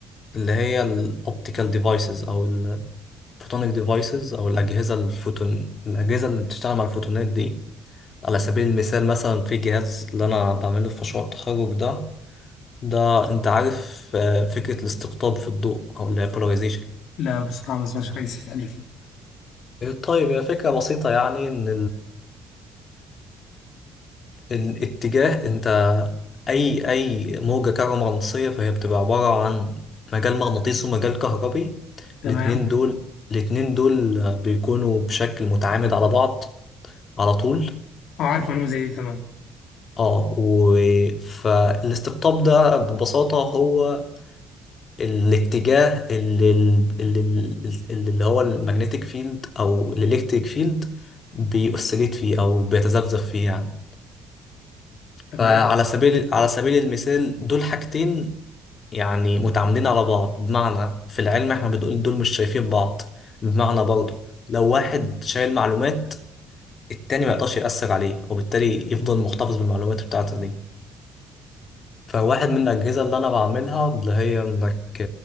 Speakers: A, on the left (about 40°); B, on the left (about 65°).
A: اللي هي الاوبتيكال ديفايسز او الفوتونيك ديفايسز او الاجهزه الفوتون الاجهزه اللي بتشتغل مع الفوتونات دي على سبيل المثال مثلا في جهاز اللي انا بعمله في مشروع التخرج ده ده انت عارف آه، فكره الاستقطاب في الضوء او اللي هي polarization.
B: لا بصراحه ما سمعتش حاجه زي كده قبل كده
A: طيب هي فكرة بسيطة يعني إن الاتجاه انت اي اي موجة كهرومغناطيسية فهي بتبقى عبارة عن مجال مغناطيسي ومجال كهربي
B: تمام
A: الاتنين دول الاتنين دول بيكونوا بشكل متعامد على بعض على طول
B: اه عارف معلومه زي دي تمام
A: اه و... فالاستقطاب ده ببساطة هو الاتجاه اللي اللي, اللي اللي هو المagnetic فيلد او الالكتريك فيلد بيأسليت فيه او بيتذبذب فيه يعني
B: تمام
A: فعلى سبيل على سبيل المثال دول حاجتين يعني متعامدين على بعض بمعنى في العلم احنا بنقول دول مش شايفين بعض بمعنى برضه لو واحد شايل معلومات التاني ما يقدرش يأثر عليه وبالتالي يفضل محتفظ بالمعلومات بتاعته دي فواحد من الأجهزة اللي أنا بعملها اللي هي إنك